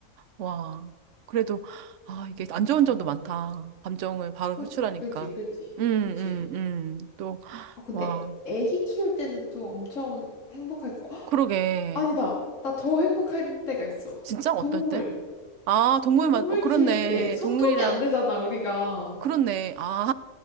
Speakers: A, on the right; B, on the left.
A: 와. 그래도, 아,
B: 그렇네,
A: 이게
B: 진짜.
A: 안 좋은 점도 많다. 감정을 바로
B: 그지,
A: 표출하니까.
B: 그지, 그지,
A: 음, 음,
B: 그지.
A: 음. 또,
B: 아, 근데
A: 와.
B: 애기 키울 때는 또 엄청 행복할 거. <gasps> 헉,
A: 그러게.
B: 아니다. 나 더 행복할 때가 있어.
A: 진짜? 어떨
B: 동물.
A: 때? 아, 동물만,
B: 동물
A: 어, 그렇네.
B: 키울 때 소통이
A: 동물이랑,
B: 안 되잖아, 우리가.
A: 그렇네. 아.